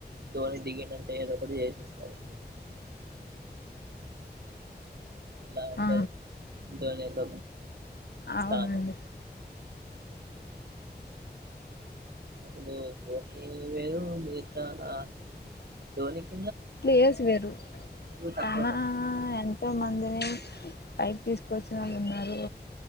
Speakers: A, on the right; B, on the left.
A: ధోని దిగిన్ ఏంటంటే ఏదో ఒకటి చేసేస్తాడు అలా అంటే
B: ఆ
A: ధోని యొక్క
B: అవునండి
A: స్థానం అసలు ధోని వేరు మిగితా ఆ ధోనికి
B: ప్లేయస్ వేరు
A: తక్కువనే
B: తన ఎంతో మందిని పైకి తీసుకొచ్చిన వాళ్ళు ఉన్నారు